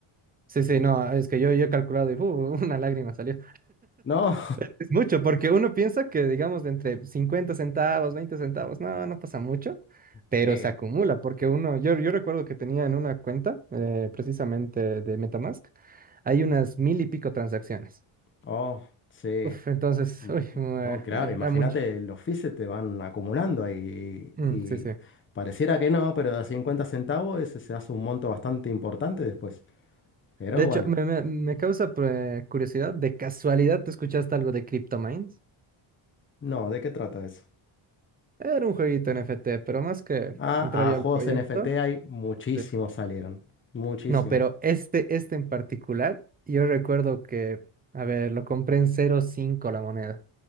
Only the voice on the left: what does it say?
Eh,
No,
<laughs>
sí,
oh, sí.
Mm,
mm,
Oh, claro,
imagínate,
los fees se te van acumulando ahí
y
pareciera que no, pero de a 50 centavos ese se hace un monto bastante importante después. Pero
bueno,
no, ¿de qué trata eso?
Ah,
a juegos
NFT hay muchísimos
salieron, muchísimos.